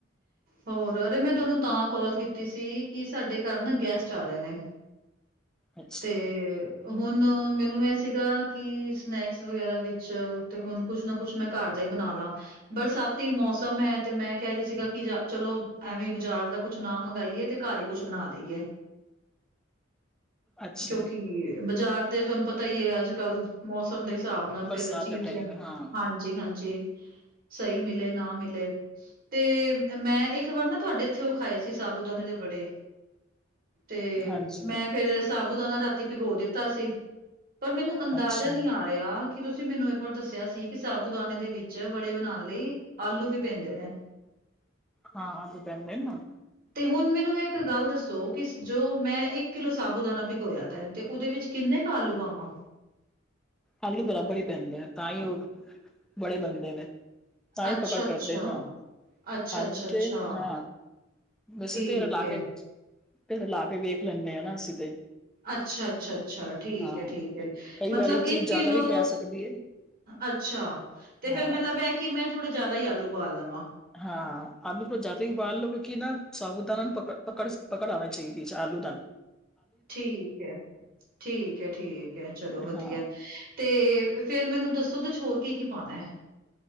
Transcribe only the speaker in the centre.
ਅੱਛਾ,
ਅੱਛਾ
ਬਰਸਾਤ
ਦਾ ਟਾਈਮ ਹੈ ਹਾਂ,
ਹਾਂਜੀ।
ਅੱਛਾ,
ਹਾਂ ਆਲੂ ਪੈਂਦੇ ਨ।
ਆਲੂ ਬਰਾਬਰ ਈ ਪੈਂਦੇ ਨੇ ਤਾਂ ਈ ਓ ਵੜੇ ਬੰਦੇ ਨੇ। ਤਾਂ ਈ
ਪਕੜ ਕਰਦੇ
ਨਾ।
ਅਊਂ
ਤੇ ਹਾਂ। ਵੈਸੇ
ਤੇ ਰਲਾ
ਕੇ, ਰਲਾ ਕੇ ਵੇਖ ਲੈਨੇ ਆਨਾ ਅਸੀ ਤੇ।
ਹਾਂ
ਤੇ ਕਈ
ਵਾਰੀ ਚੀਜ਼
ਜ਼ਿਆਦਾ
ਵੀ ਪੈ ਸਕਦੀ ਹੈ
ਹਾਂ
ਹਾਂ, ਆਲੂ ਤੋ ਜਾਦਾ ਈ ਉਬਾਲ ਲੋ। ਕੇਓਂਕਿ ਨਾ ਸਾਾਬੂਦਾਨਾ ਨਾ ਪਕੜ ਪਕੜ ਆਨਾ ਚੀਦੀ ਚ ਆਲੂ ਦਾਨਾ।
ਹਾਂ